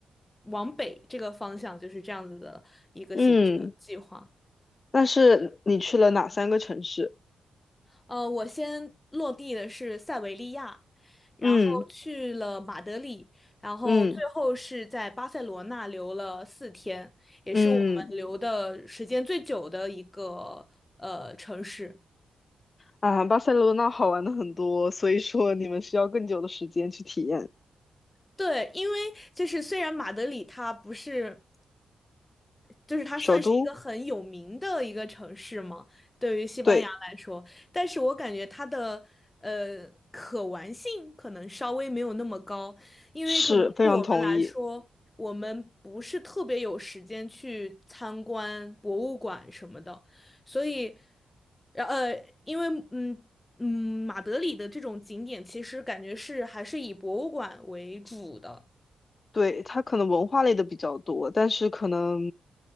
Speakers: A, on the left; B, on the left.
A: 往北这个方向就是这样子的一个行程计划。
B: 嗯。但是你去了哪三个城市？
A: 呃，我先落地的是塞维利亚，然后去了马德里，
B: 嗯
A: 然后最后是在巴塞罗那留了四天，
B: 嗯
A: 也是我们留的时间最久的一个呃城市。
B: 嗯啊，巴塞罗那好玩的很多，所以说你们需要更久的时间去体验。
A: 对，因为就是虽然马德里它不是。就是它算是一个很有名的一个城市嘛，
B: 首都，
A: 对于西班牙来说，
B: 对，
A: 但是我感觉它的呃可玩性可能稍微没有那么高，因为可能对我们来说，
B: 是非常同意。
A: 我们不是特别有时间去参观博物馆什么的，所以，然呃，因为嗯。嗯，马德里的这种景点其实感觉是还是以博物馆为主的，
B: 对，它可能文化类的比较多，但是可能，